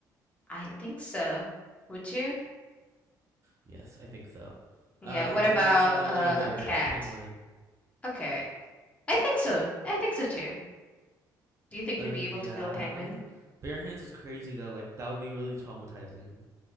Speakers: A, on the left; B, on the right.
A: I think so. Would you?
B: Yes, I think so.
A: Yeah,
B: All right,
A: what
B: let's
A: about
B: move on to something
A: uh,
B: a little bigger,
A: a cat?
B: a penguin.
A: Okay. I think so. I think so too. Do you think
B: Uh,
A: you'd be
B: yeah.
A: able to kill a penguin?
B: Bare hands is crazy though. Like that would be really traumatizing.